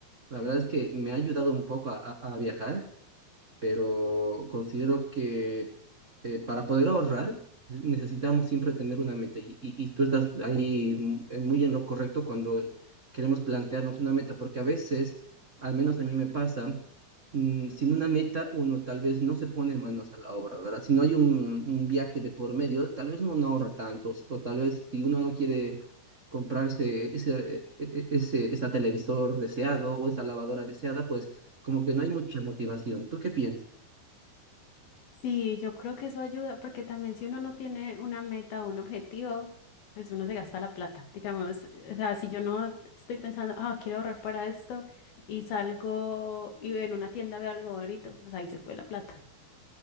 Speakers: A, on the right (about 55°); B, on the left (about 75°).
A: La verdad es que me ha ayudado un poco a, a- a viajar pero considero que eh, para poder ahorrar eh, necesitamos siempre tener una meta y, y- y tú estás ahí mm, eh, muy en lo correcto cuando queremos plantearnos una meta, porque a veces, al menos a mí me pasa, mm, sin una meta uno tal vez no se pone manos a la obra, ¿verdad? Si no hay un, un viaje de por medio, tal vez uno no ahorra tanto, o tal vez si uno no quiere comprarse ese, e- e- ese, ese televisor deseado o esa lavadora deseada, pues como que no hay mucha motivación. ¿Tú qué piensas?
B: Sí, yo creo que eso ayuda, porque también si uno no tiene una meta o un objetivo, pues uno se gasta la plata. Digamos, o sea, si yo no estoy pensando, ah, quiero ahorrar para esto, y salgo y en una tienda veo algo bonito, pues ahí se fue la plata.